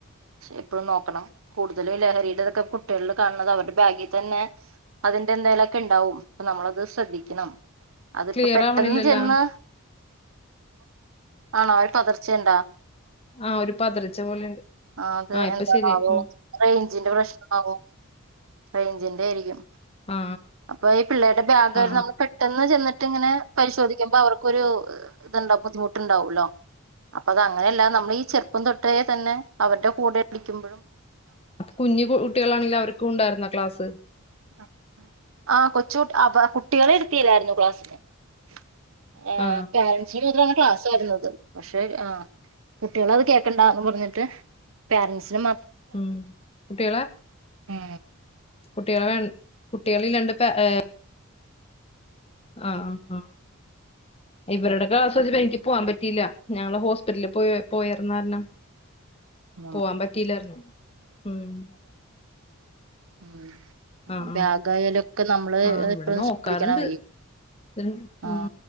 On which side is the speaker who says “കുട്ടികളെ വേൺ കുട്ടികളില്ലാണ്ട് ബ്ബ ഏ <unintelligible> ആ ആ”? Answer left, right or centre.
Left